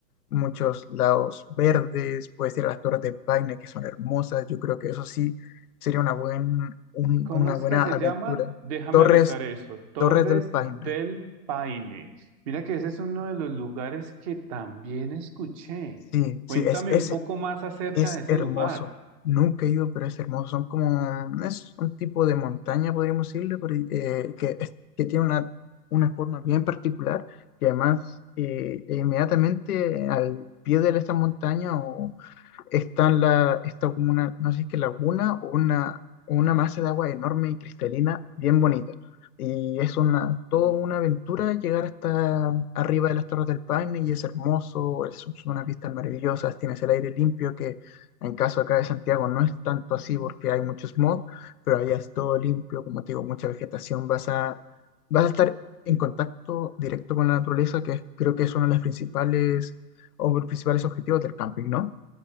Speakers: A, on the left; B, on the right.
A: muchos lados verdes, puedes ir a las Torres de Paine, que son hermosas, yo creo que eso sí sería una, buen, un-
B: ¿Cómo
A: una
B: es
A: buena
B: que se
A: aventura.
B: llama? Déjame
A: Torres,
B: anotar eso. Torres
A: Torres del Paine,
B: del Paine. Mira que ese es uno de los lugares que también escuché.
A: sí,
B: Cuéntame
A: sí, es, es,
B: un poco más acerca
A: Es
B: de ese
A: hermoso.
B: lugar.
A: Nunca he ido, pero es hermoso. Son como, es un tipo de montaña, podríamos decirle, por- eh, que, es- que tiene una, una forma bien particular, que además eh, inmediatamente al pie de esta montaña está en la, está como una, no sé si es que laguna o una, o una masa de agua enorme y cristalina, bien bonita. Y es una, toda una aventura llegar hasta arriba de las Torres del Paine y es hermoso, es- son unas vistas maravillosas, tienes el aire limpio que en caso acá de Santiago no es tanto así porque hay mucho smog, pero allá es todo limpio, como te digo, mucha vegetación, vas a, vas a estar en contacto directo con la naturaleza, que es- creo que es uno de los principales o los principales objetivos del camping, ¿no?